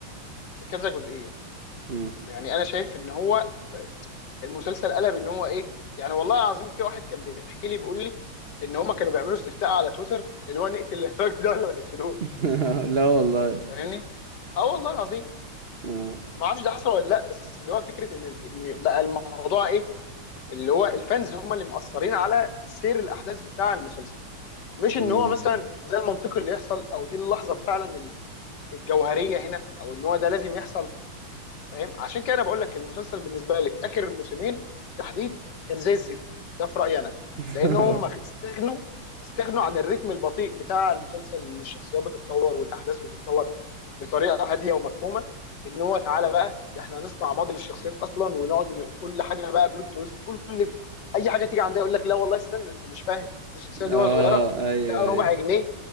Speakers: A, on the left (about 55°); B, on the right (about 45°).
A: في كذا جزئيه
B: مم.
A: يعني انا شايف ان هو المسلسل قلب ان هو ايه يعني والله العظيم في واحد كان بيحكي لي بيقول لي ان هم كانوا بيعملوا استفتاء على تويتر اللي هو نقتل الراجل ده ولا ما نقتلوش
B: <laughs> لا والله
A: فاهمني اه والله العظيم
B: اه
A: ما اعرفش ده حصل ولا لا بس اللي هو فكره ان ان بقى الموضوع ايه اللي هو الفانز هم اللي مأثرين على سير الاحداث بتاع المسلسل مش ان
B: امم
A: هو مثلا ده المنطقي اللي يحصل او دي اللحظه فعلا الجوهريه هنا او ان هو ده لازم يحصل فاهم عشان كده انا بقول لك المسلسل بالنسبه لي في اخر الموسمين تحديد كان زي الزفت ده في رايي انا
B: <laughs>
A: لان هم استغنوا استغنوا عن الريتم البطيء بتاع المسلسل ان الشخصيات بتتطور والاحداث بتتطور بطريقه هاديه ومفهومه ان هو تعالى بقى ده احنا هنصنع ماضي للشخصيات اصلا ونقعد ن- كل حاجه بقى بلوت تويست كل اي حاجه تيجي عندها يقول لك لا والله استنى انت مش فاهم أصل الشخصيه دي
B: اه
A: وهي صغيره
B: ايوه
A: لقى ربع
B: ايوه
A: جنيه